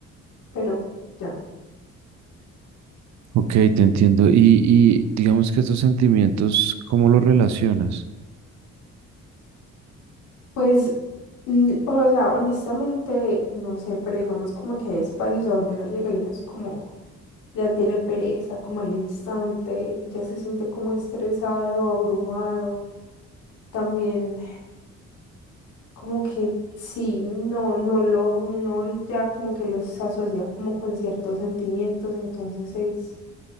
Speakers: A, on the left; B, on the right.
A: pero ya.
B: ok, te entiendo. Y, y digamos que estos sentimientos, ¿cómo los relacionas?
A: Pues, mm, o sea, honestamente, no sé, pero digamos como que hay espacios a donde uno llega y uno es como, ya tiene pereza, como al instante, ya se siente como estresado, abrumado. También como que sí, no, no lo, uno ya como que los asocia como con ciertos sentimientos, entonces es,